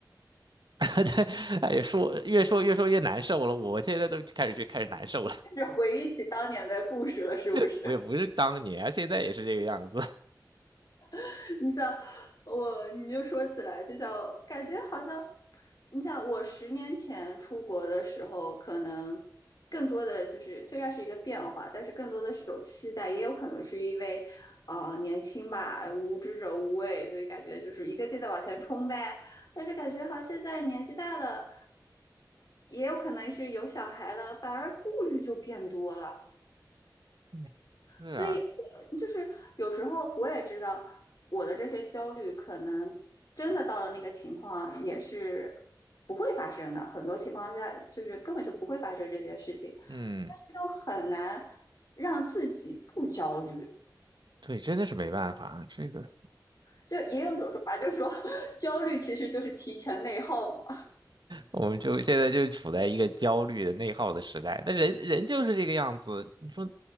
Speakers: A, on the right; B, on the left.
A: <laughs> 哎呀，说越说越说越难受了。我现在都开始就开始难受了，
B: 是回忆起当年的故事了，是不是？
A: <laughs> 我也不是当年啊现在也是这个样子。
B: <laughs> 你想我，你就说起来，就像感觉好像，你想我十年前出国的时候，可能更多的就是虽然是一个变化，但是更多的是一种期待，也有可能是因为啊、呃年轻吧，无知者无畏，所以感觉就是一个劲的往前冲呗。但是感觉好像现在年纪大了，也有可能是有小孩了，反而顾虑就变多了。
A: <laughs> 是啊，
B: 所以我就是有时候我也知道我的这些焦虑，可能真的到了那个情况也是不会发生的，很多情况下就是根本就不会发生这些事情，
A: 嗯，
B: 但是就很难让自己不焦虑。
A: 对，真的是没办法啊，这个。
B: 就也有一种说法，就是说 <laughs> 焦虑其实就是提前内耗嘛。
A: 我们就现在就处在一个焦虑的内耗的时代，那人人就是这个样子。你说，